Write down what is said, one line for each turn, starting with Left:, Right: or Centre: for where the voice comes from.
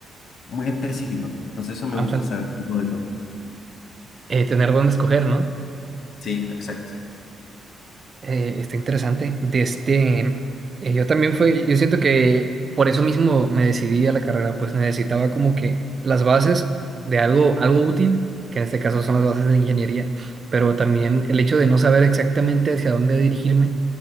Left: muy específico. Entonces, eso me
Right: Amsal.
Left: gusta, saber un poco de todo.
Right: Eh, tener dónde escoger, ¿no?
Left: Sí, exacto.
Right: Eh, está interesante. De este, eh, yo también fue, yo siento que por eso mismo me decidí a la carrera, pues necesitaba como que las bases de algo, algo útil, que en este caso son las bases de la ingeniería, pero también el hecho de no saber exactamente hacia dónde dirigirme